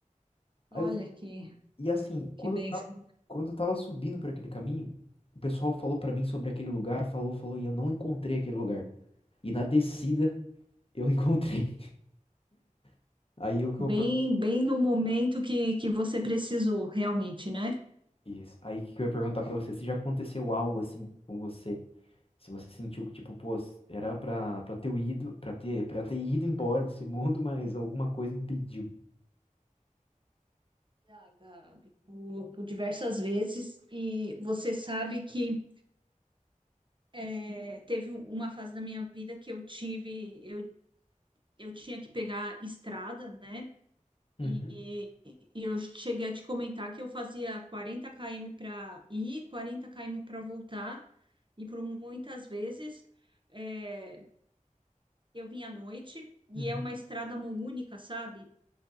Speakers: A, on the left; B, on the right.
A: Aí
B: Olha
A: eu-
B: que,
A: e assim,
B: que
A: quando
B: bênção.
A: eu tava, quando eu tava subindo por aquele caminho, o pessoal falou pra mim sobre aquele lugar, falou, falou, e eu não encontrei aquele lugar. E na descida. Eu encontrei. <laughs> Aí o que
B: Bem,
A: eu per-
B: bem no momento que, que você precisou, realmente, né?
A: Isso. Aí que eu ia perguntar pra você se já aconteceu algo assim com você. Se você sentiu que, tipo, pô, era pra, pra ter ido, pra ter, pra ter ido embora desse <laughs> mundo, mas alguma coisa impediu.
B: Já, Gabi, por, por diversas vezes. E você sabe que é, teve uma fase da minha vida que eu tive, eu, eu tinha que pegar estrada, né?
A: Uhum,
B: E, e eu cheguei a te comentar que eu fazia 40 km para ir, 40 km para voltar. E por muitas vezes é, eu vim à noite e
A: uhum,
B: é uma estrada mão única, sabe?